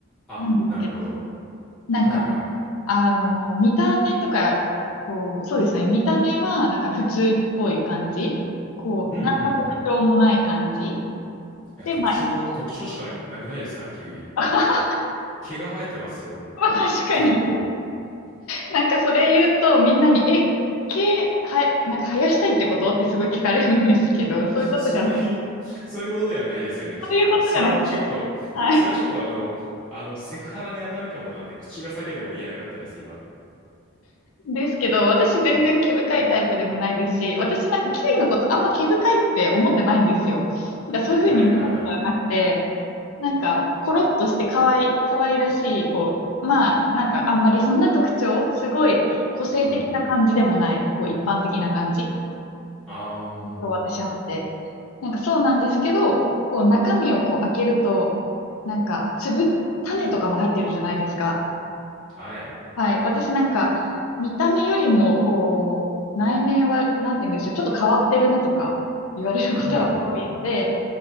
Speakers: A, in the centre; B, on the left (about 80°).
A: あ、
B: なんですけど、
A: なるほど。
B: なんか、
A: はいはいはい。
B: あの、見た目とか、こう、そうですね、見た目はなんか普通っぽい感じ。こう、
A: うんうんうんうん。
B: 何の特徴もない感じ。
A: いや、
B: で、
A: 特徴、
B: まあ、
A: 特徴しかありなくないですかキウイ。
B: <laughs>
A: 毛が生えてますよ。
B: まあ確かに、
A: 結構。
B: なんかそれ言うとみんなに、え、毛、は、なんか生やしたいってことってすごい聞かれるんですけど、そういうことじゃ
A: そういう <laughs> そういうことではないですよね、きっと。
B: そういうことじゃなくて、
A: それはちょっと、
B: はい。
A: それはちょっとあの、あの、セクハラに当たるかもなんで、口が裂けても言えなかったです、今。
B: ですけど、私全然毛深いタイプでもないですし、私なんかキウイのことあんま毛深いって思ってないんですよ。なんかそういうふうに見たことはなくて、
A: はいはいはいはい。
B: なんかコロッとして可愛い、可愛らしい、こう、まあなんかあんまりそんな特徴、すごい個性的な感じでもない、
A: うんうん。
B: こう一般的な感じ、
A: あ
B: 私あって。なんかそうなんですけど、こう中身をこう開けると、なんか粒、種とかも入ってるじゃないですか。
A: あ、はい。
B: はい。私なんか、見た目よりも、こう、内面は、なんて言うんでしょう、ちょっと変わってるねとか言われることは多いので、
A: うんうん